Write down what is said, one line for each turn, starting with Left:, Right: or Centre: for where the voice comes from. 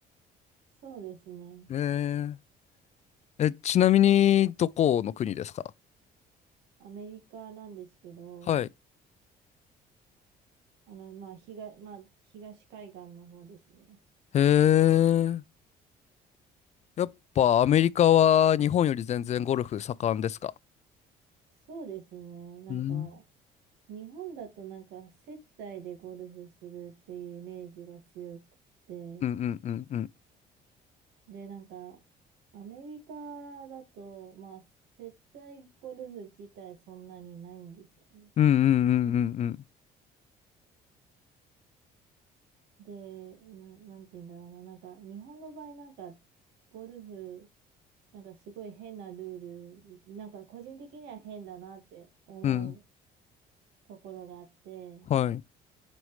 Right: <laughs> そうですね。
Left: えー、え、ちなみにどこの国ですか
Right: アメリカなんですけど、
Left: はい。
Right: あの、まあ、東、まあ、東海岸の方ですね。
Left: へえ。やっぱアメリカは日本より全然ゴルフ盛んですか
Right: そうですね。なんか、
Left: うん。
Right: 日本だとなんか接待でゴルフするっていうイメージが強くって、
Left: うんうんうんうん。
Right: で、なんかアメリカだと、まあ、接待ゴルフ自体そんなにないんですよね。
Left: うんうんうんうん
Right: で、な、なんて言うんだろうな、なんか日本の場合なんかゴルフ、なんかすごい変なルール、なんか個人的には変だなって思う
Left: うんうん。
Right: ところがあって、
Left: はい。